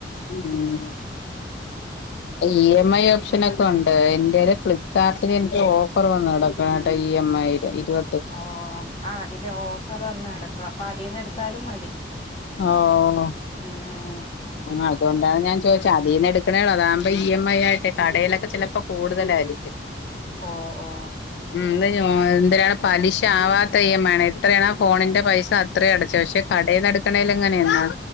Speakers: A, on the left; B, on the left.
A: ഉം ഇ എം ഐ ഓപ്ഷന ഒക്കെ ഉണ്ട് എന്റെര് ഫ്ലിപ്കാർട്ടിന് എനിക്ക് ഓഫർ വന്നുടോ ട്ട ഈ എം ഐയില് ഇരുപ
B: ഓ ആ അതില് ഓഫർ വന്ന് കെടക്ക അപ്പൊ അതിൽന്ന് എടുത്താലും മതി
A: ഓഹ്
B: ആഹ്
A: ആഹ് അുകൊണ്ടാണ് ഞാൻ ചോദിചെ അതിന്ന് എടുക്കണേണോ അതാകുമ്പോ ഇ എം ഐ ആയിട്ടെ കടയിലൊക്കെ ചിലപ്പോ കൂടുതലായിരിക്കും
B: ഓഹ് ഓഹ്
A: ഉം എന് എന്തിനാണ് പലിശ ആവാത്ത ഇ എം ഐ വേണം എത്രയാണ് ആ ഫോണിന്റെ പൈസ അത്ര അടച്ച പക്ഷെ കടയിലടക്കണേല എങ്ങനെയാ